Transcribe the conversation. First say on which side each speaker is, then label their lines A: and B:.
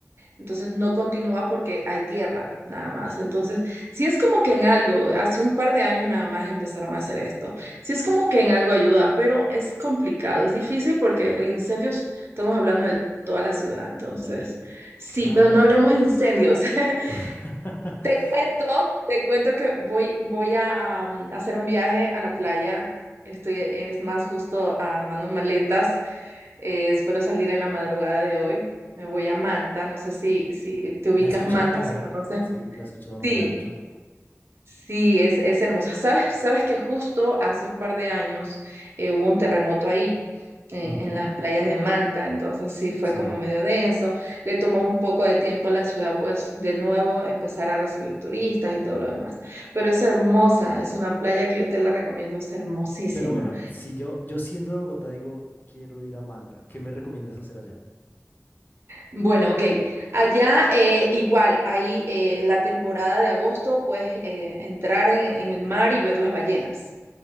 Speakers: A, on the right; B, on the left.
A: Entonces no continúa porque hay tierra nada más. Entonces, si es como que en algo, hace un par de años nada más empezaron a hacer esto. Si es como que en algo ayuda, pero es complicado, es difícil porque el incendio, es- estamos hablando de toda la ciudad. Entonces, sí,
B: claro.
A: pero no hablemos incendios. <laughs>
B: <laughs>
A: Te cuento, te cuento que voy, voy a am, hacer un viaje a la playa. Estoy, es más justo armando maletas eh, espero salir en la madrugada de hoy. Me voy a Manta. No sé si, si te ubicas
B: La he escuchado
A: Manta,
B: nombrar,
A: si conoces.
B: sí, la he escuchado nombrar
A: Sí,
B: mucho.
A: sí, es, es hermosa. ¿Sabes, sabes que justo hace un par de años eh, hubo un terremoto ahí, eh,
B: Ujú,
A: en las playas de Manta. Entonces sí fue
B: sí.
A: como medio denso. Le tomó un poco de tiempo a la ciudad, pues de nuevo empezar a recibir turistas y todo lo demás. Pero es hermosa. Es una playa que yo te la recomiendo. Es hermosísima.
B: Pero bueno, si yo, yo siendo de Bogotá digo, quiero ir a Manta, ¿qué me recomiendas hacer allá?
A: Bueno, ok. Allá eh, igual, ahí eh, la temporada de agosto, pues eh, entrar en, en el mar y ver las ballenas.